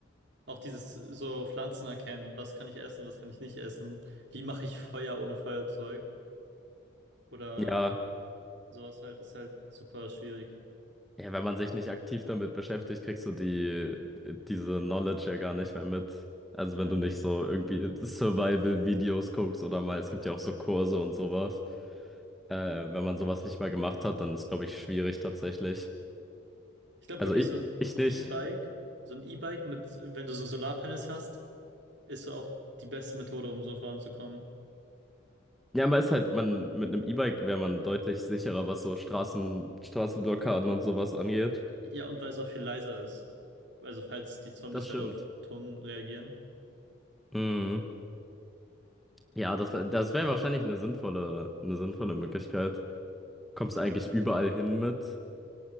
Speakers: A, on the right; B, in the centre.
A: Auch dieses so Pflanzen erkennen, was kann ich essen, was kann ich nicht essen, wie mache ich Feuer ohne Feuerzeug oder
B: Ja,
A: sowas halt, ist halt super schwierig.
B: Ja, wenn man sich nicht aktiv damit beschäftigt, kriegst du die, diese Knowledge ja gar nicht mehr mit. Also
A: Ja.
B: wenn du nicht so irgendwie Survival-Videos guckst oder mal, es gibt ja auch so Kurse und sowas. Äh, wenn man sowas nicht mal gemacht hat, dann ist, glaube ich, schwierig tatsächlich.
A: Ich glaube
B: Also
A: wirklich
B: ich,
A: so ein
B: ich nicht.
A: E-Bike, so ein E-Bike mit, wenn du so Solarpanels hast, ist so auch die beste Methode, um so voranzukommen.
B: Ja, man ist halt, man, mit einem E-Bike wäre man deutlich sicherer, was so Straßen, Straßenblockaden und sowas angeht.
A: Ja, und weil es auch viel leiser ist. Also falls die Zombies
B: Das stimmt.
A: halt auf Ton reagieren.
B: Mhm. Ja, das, wär- das wäre wahrscheinlich eine sinnvolle, eine sinnvolle Möglichkeit kommst eigentlich überall hin mit.